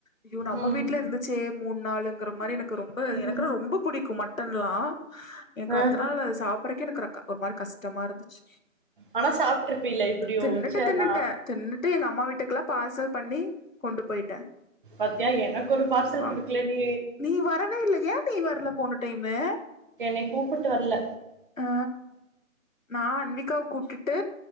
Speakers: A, on the left (about 70°); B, on the right (about 40°).
A: ஐயோ நம்ம
B: ம்
A: வீட்ல இருந்துச்சே மூணு நாளுங்றா மாரி எனக் எனக்கு ரொம்ப எனக்குன்னா
B: ம்
A: ரொம்ப புடிக்கு மட்டன்ல்லா எனக்கு அடுத்த
B: ஆ
A: நாள் அது சாப்புட்றக்கே க க எனக்கு ஒரு மாரி கஸ்டமா இருந்துச்சு
B: ஆனா சாப்ட்டுருப்பீல்ல இப்படியோ
A: தின்னுட்ட
B: ச்சே
A: தின்னுட்ட
B: நா
A: தின்னுட்டு எங்க அம்மா வீட்டுக்குல்லா ப பார்சல் பண்ணி கொண்டு போயிட்டே
B: பாத்தியா எனக்கு ஒரு பார்சல்
A: ஃபன்
B: குடுக்கல நீ
A: நீ வரவே இல்லையே ஏ நீ வர்ல போன டைமு
B: என்னை கூப்பிட்டு வரல
A: ஆ நா அன்விகாவ கூப்ட்டுட்டு